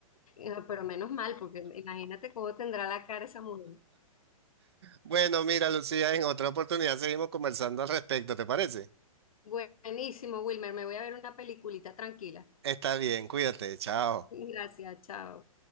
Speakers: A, on the left (about 70°); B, on the right (about 45°).
A: Ah, Pero menos mal, porque imagínate cómo tendrá la cara esa mujer.
B: Bueno, mira, Lucía, en otra oportunidad seguimos conversando al respecto, ¿te parece?
A: Buenísimo, Wilmer. Me voy a ver una peliculita tranquila.
B: Está bien, cuídate, chao.
A: Gracias, chao.